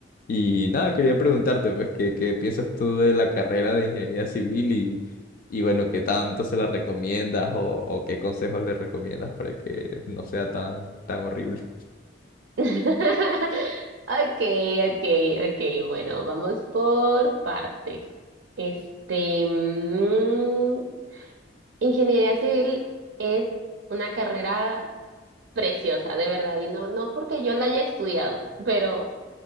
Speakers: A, on the left; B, on the right.
A: Y nada, quería preguntarte, pues, ¿qué, qué piensas tú de la carrera de ingeniería civil y, y bueno, qué tanto se la recomiendas o, o qué consejos le recomiendas para que no sea tan, tan horrible?
B: <laughs> Okay, okay, okay. Bueno, vamos por partes. Este, mm, ingeniería civil es una carrera preciosa, de verdad, y no, no porque yo la haya estudiado, pero